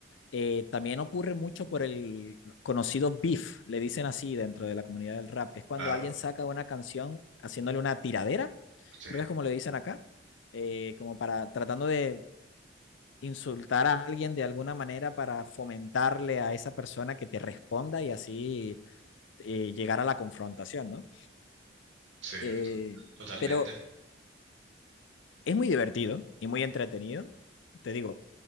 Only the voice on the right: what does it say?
claro,
sí,
sí,
tota- totalmente.